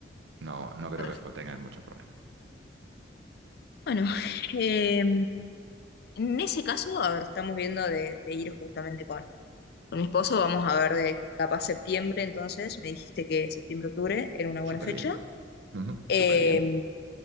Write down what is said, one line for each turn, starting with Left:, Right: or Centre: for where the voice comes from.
Right: no, no creo
Left: Perfecto.
Right: que os tengáis mucho problema.
Left: Bueno, <laughs> eh, en ese caso, a ver, estamos viendo de, de ir justamente con con mi esposo, vamos a ver de capaz septiembre, entonces, me dijiste que septiembre, octubre era una buena
Right: Súper
Left: fecha.
Right: bien. Ujú,
Left: Eh,
Right: súper bien. <laughs>